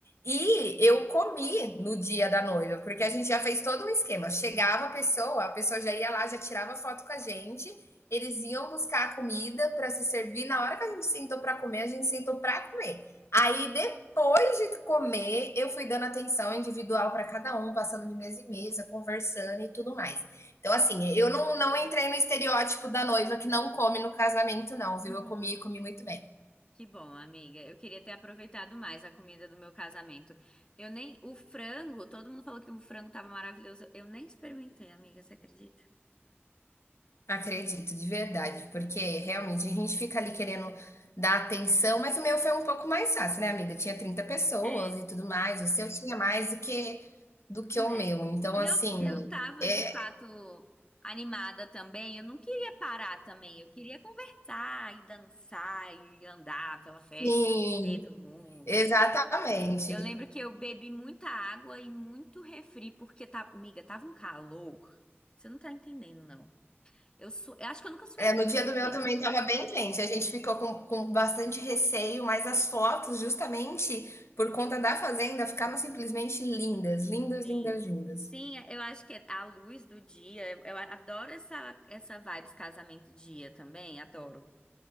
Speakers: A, on the left (about 80°); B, on the left (about 20°).
A: E eu comi no dia da noiva, porque a gente já fez todo um esquema. Chegava a pessoa, a pessoa já ia lá, já tirava foto com a gente eles iam buscar a comida para se servir. Na hora que a gente sentou para comer, a gente sentou para comer. Aí, depois de comer, eu fui dando atenção individual para cada um, passando de mesa em mesa, conversando e tudo mais. Então, assim, eu não, não entrei no estereótipo da noiva que não come no casamento, não,
B: Uhum.
A: viu? Eu comi e comi muito bem.
B: Que bom, amiga. Eu queria ter aproveitado mais a comida do meu casamento. Eu nem. O frango, todo mundo falou que o frango tava maravilhoso. Eu nem experimentei, amiga, você acredita?
A: Acredito, de verdade, porque realmente a gente fica ali querendo dar atenção, mas o meu foi um pouco mais fácil, né, amiga? Tinha trinta pessoas
B: É.
A: e tudo mais, o seu tinha mais do que do que
B: É.
A: o meu. Então,
B: E
A: assim,
B: eu, eu tava
A: é,
B: de fato animada também. Eu não queria parar também. Eu queria conversar e dançar e andar pela festa,
A: sim,
B: ver todo mundo.
A: exatamente.
B: É. Eu lembro que eu bebi muita água e muito refri, porque, tá, amiga, tava um calor. Você não tá entendendo, não. Eu, su... eu acho que eu nunca suei
A: É,
B: tanto,
A: no dia do meu
B: amiga.
A: também estava bem quente, a gente ficou com, com bastante receio, mas as fotos, justamente por conta da fazenda, ficaram simplesmente lindas, lindas,
B: Sim.
A: lindas, lindas.
B: Sim, eu acho que a luz do dia. Eu, eu adoro essa, essa vibe dos casamento dia também, adoro.